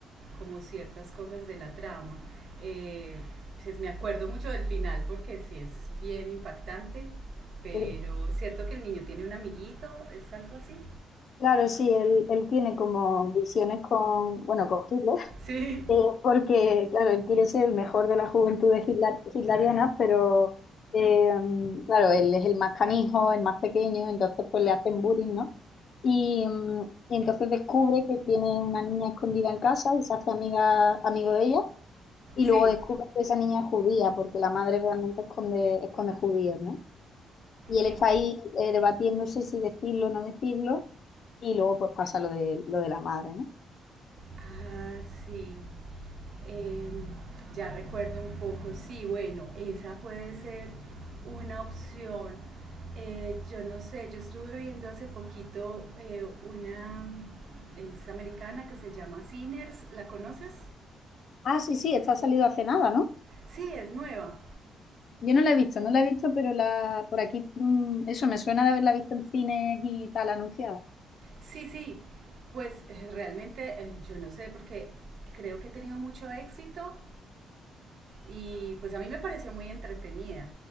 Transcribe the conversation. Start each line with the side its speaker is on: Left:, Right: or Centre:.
Right: como ciertas cosas de la trama. Eh, pues, me acuerdo mucho del final porque sí es bien impactante, pero
Left: Sí.
Right: cierto que el niño tiene un amiguito, es algo así.
Left: Claro, sí, él, él tiene como visiones con, bueno, con Hitler, <laughs>
Right: Sí,
Left: eh, porque, claro, él quiere ser el mejor de la juventud de Hitler, hitleriana, pero, eh, claro, él es el más canijo, el más pequeño, entonces pues le hacen bullying, ¿no? Y, mm, y entonces descubre que tiene una niña escondida en casa y se hace amiga, amigo de ella, y luego
Right: sí,
Left: descubre
Right: sí.
Left: que esa niña es judía, porque la madre realmente esconde, esconde judíos, ¿no? y él
Right: sí.
Left: está ahí eh, debatiéndose si decirlo o no decirlo, y luego pues pasa lo de, lo de la madre, ¿no?
Right: Ah, sí. Eh, ya recuerdo un poco, sí, bueno, esa puede ser una opción. Eh, yo no sé, yo estuve viendo hace poquito eh, una, es americana que se llama Sinners, ¿la conoces?
Left: Ah, sí, sí, esta ha salido hace nada, ¿no?
Right: Sí, es nueva.
Left: Yo no la he visto, no la he visto, pero la por aquí, mm, eso me suena de haberla visto en cines y tal anunciada.
Right: Sí, sí, pues eh, realmente eh, yo no sé porque creo que ha tenido mucho éxito y pues a mí me pareció muy entretenida